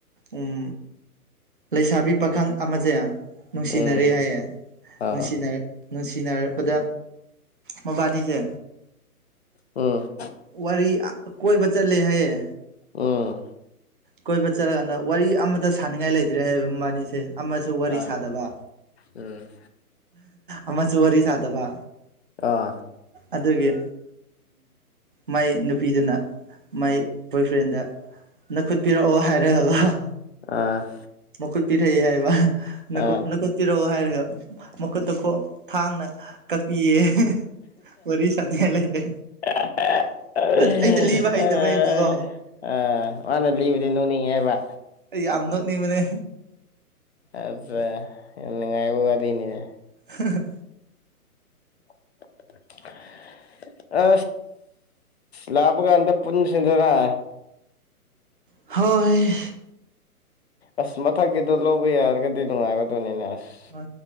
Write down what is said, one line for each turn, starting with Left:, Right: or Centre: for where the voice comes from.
Right: ꯎꯝ ꯂꯩꯁꯥꯕꯤ ꯄꯥꯈꯪ ꯑꯃꯁꯦ ꯅꯨꯡꯁꯤꯅꯔꯦ
Left: ꯎꯝ
Right: ꯍꯥꯏꯌꯦ
Left: ꯑꯥ
Right: ꯅꯨꯡꯁꯤꯅꯔ ꯅꯨꯡꯁꯤꯅꯔꯛꯄꯗ ꯃꯕꯥꯅꯤꯁꯦ
Left: ꯎꯝ
Right: ꯋꯥꯔꯤ ꯀꯣꯏꯕ ꯆꯠꯂꯦ ꯍꯥꯏꯌꯦ
Left: ꯎꯝ
Right: ꯀꯣꯏꯕ ꯆꯠꯔꯀꯥꯟꯗ ꯋꯥꯔꯤ ꯑꯃꯗ ꯁꯥꯅꯤꯡꯉꯥꯏ ꯂꯩꯇ꯭ꯔꯦ ꯍꯥꯏꯕ ꯃꯕꯥꯅꯤꯁꯦ ꯑꯃꯁꯨ ꯋꯥꯔꯤ
Left: ꯑꯥ
Right: ꯁꯥꯗꯕ
Left: ꯎꯝ
Right: ꯑꯃꯁꯨ ꯋꯥꯔꯤ ꯁꯥꯗꯕ
Left: ꯑꯥ
Right: ꯑꯗꯨꯒꯤ ꯃꯥꯏ ꯅꯨꯄꯤꯗꯨꯅ ꯃꯥꯏ ꯕꯣꯏꯐ꯭ꯔꯦꯟꯗ ꯅꯈꯨꯠ ꯄꯤꯔꯛꯑꯣ ꯍꯥꯏꯔꯒ ꯀꯣ
Left: ꯑꯥ
Right: ꯃꯈꯨꯠ ꯄꯤꯔꯛꯏ ꯍꯥꯏꯕ
Left: ꯑꯥ
Right: ꯅꯈꯨꯠ ꯄꯤꯔꯛꯑꯣ ꯍꯥꯏꯔꯒ ꯃꯈꯨꯠꯇ ꯈꯣꯡ ꯊꯥꯡꯅ ꯀꯛꯄꯤꯌꯦ ꯋꯔꯤ ꯁꯥꯅꯤꯡꯉꯥꯏ ꯂꯩꯇꯦ
Left: ꯑ <unintelligible> <unintelligible>
Right: ꯑꯩꯅ ꯂꯤꯕ ꯍꯩꯇꯕꯩꯅꯤꯀꯣ
Left: ꯃꯥꯅ ꯂꯤꯕꯗꯤ ꯅꯣꯛꯅꯤꯡꯉꯦ ꯍꯥꯏꯕ
Right: ꯑꯩ ꯌꯥꯝ ꯅꯣꯅꯤꯡꯕꯅꯦ
Left: ꯑꯠꯆꯥ ꯅꯨꯡꯉꯥꯏꯕ ꯋꯥꯔꯤꯅꯤꯅꯦ
Right: ꯍꯥ
Left: <unintelligible> ꯑ ꯂꯥꯛꯄ ꯀꯥꯟꯗ ꯄꯨꯟꯁꯤꯗꯅ
Right: ꯍꯣꯏ
Left: ꯑꯁ ꯃꯊꯛꯀꯤꯗꯣ ꯂꯧꯕ ꯌꯥꯔꯒꯗꯤ ꯅꯨꯡꯉꯥꯏꯒꯗꯣꯏꯅꯤꯅꯦ ꯑꯁ
Right: ꯍ